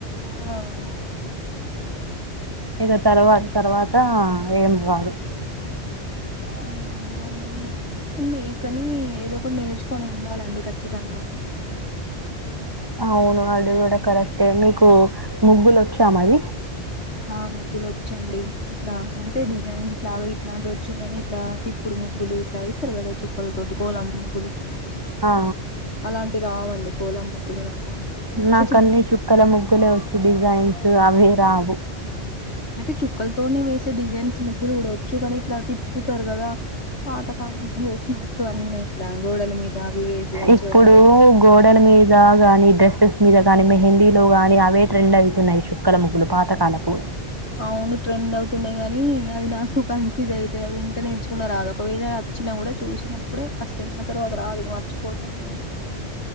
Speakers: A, on the left (about 75°); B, on the right (about 20°).
A: ఉమ్
B: ఇగ తర్వాత తర్వాత ఏం కాదు
A: మ్ అవునండి ఉంది కనీ ఏదో ఒకటి నేర్చుకొని ఉండాలండి ఖచ్చితంగ
B: అవును అది కూడ కరెక్టే మీకు ముగ్గులు ఒచ్చా మరి
A: ఆ ముగ్గులు ఒచ్చండి ఇట్ల అంటే డిజైన్స్ లాగ ఇట్లాంటి వచ్చు కాని ఇట్లా ఇప్పుడు తిప్పుడు ముగ్గులు ఇట్ల ఏస్తరు కద చు అలాంటివి రావండి కోలం ముగ్గులు
B: ఆ
A: అలాంటి రావండి కోలమ్ ముగ్గులు నాకు అంటే
B: నాకు
A: చిన్న
B: అన్నీ చుక్కల ముగ్గులే ఒచ్చు డిజైన్స్ అనే రావు
A: అంటే చుక్కలతోనే వేసే డిజైన్స్ ముగ్గులు కూడ వచ్చు కానీ ఇట్ల తిప్పుతరు కద పాతకాలం వేసినట్టు అన్నీ ఇట్ల గోడల మీద అవి వేసి ఉంచేవాళ్ళు
B: ఇప్పుడు
A: కద
B: గోడల మీద గానీ డ్రెస్సెస్సు ఇగ దాని మెహిందీ లే గాని అవే ట్రెండ్ అయితున్నయి చుక్కల ముగ్గులు పాతకాల పు
A: అవును ట్రెండ్ అవుతున్నాయి గానీ. అది నాకు కన్ఫ్యూజ్ అయితే అది ఎంత నేర్చుకున్న రాదు ఒకవేళ వచ్చినా కూడా చూసిన. అప్పుడే కాసేపైన తర్వాత రాదు మర్చిపోతాను నేను.